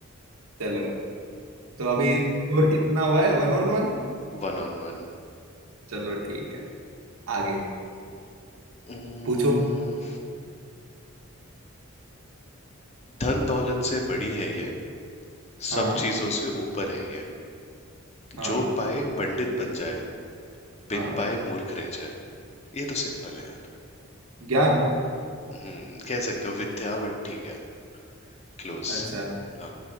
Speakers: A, on the right; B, on the left.
A: चलो तो अभी स्कोर कितना हुआ है वन ऑन वन
B: One on one
A: चलो ठीक है आगे
B: उम्म,
A: पूछो
B: धन दौलत से बड़ी है ये सब
A: हाँ
B: चीजों से ऊपर है ये
A: हाँ
B: जो पाए पंडित बन जाए बिन
A: हाँ
B: पाए मूर्ख रह जाए ये तो सिंपल है यार
A: ज्ञान
B: हम्म कह सकते हो विद्या बट ठीक है क्लोज
A: अच्छा
B: हाँ